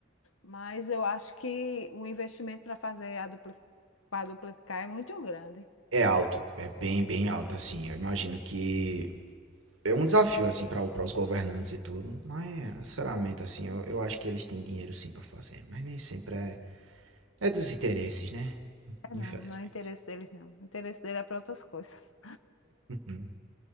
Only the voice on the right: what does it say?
É alto, é bem, bem alto, assim. Eu imagino que é um desafio, assim, para os governantes e tudo. Mas, sinceramente, assim, eu, eu acho que eles têm dinheiro sim pra fazer. Mas nem sempre é, é dos interesses, né?
Infelizmente.
Hum.